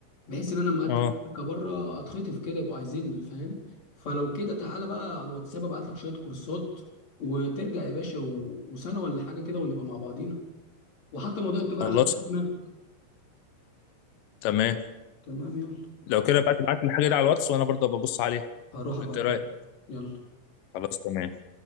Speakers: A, on the left; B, on the left.
A: بحيث ان انا لما اقدم
B: اه
A: شركه بره اتخطف كده يبقوا عايزيني فاهم فلو كده تعالى بقى على الواتساب ابعت لك شويه كورسات وترجع يا باشا و... وسنه ولا حاجه كده ونبقى مع بعضينا وحتى موضوع التجاره
B: خلاص
A: خليه في دماغك
B: تمام
A: تمام يلا
B: لو كده بقى تبعت لي الحاجه دي على الواتس وانا برضه ببص عليها
A: هروح ابعتها
B: انت إيه رايك
A: يلا
B: خلاص تمام